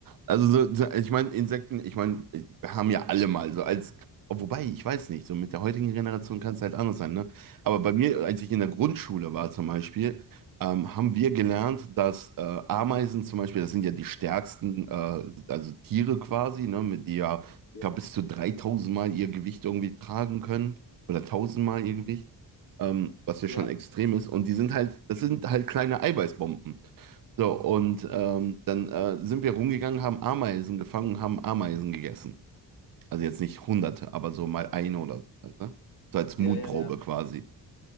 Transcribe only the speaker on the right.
Also so, so- ich meine, Insekten, ich meine, wir haben ja alle mal so als, oh, wobei, ich weiß nicht, so mit der heutigen Generation kann es halt anders sein, ne? Aber bei mir, als ich in der Grundschule war zum Beispiel, ähm, haben wir gelernt, dass äh, Ameisen zum Beispiel, das sind ja die stärksten, äh, also Tiere quasi, ne, mit die ja,
ich glaube, bis zu 3000 Mal ihr Gewicht irgendwie tragen können oder 1000 Mal ihr Gewicht, ähm, was ja
schon extrem ist. Und die sind halt, das sind halt kleine Eiweißbomben. So, und ähm, dann äh, sind wir rumgegangen, haben Ameisen gefangen und haben Ameisen gegessen. Also jetzt nicht hunderte, aber so mal eine oder so. Weißt du? So als
Mutprobe
quasi.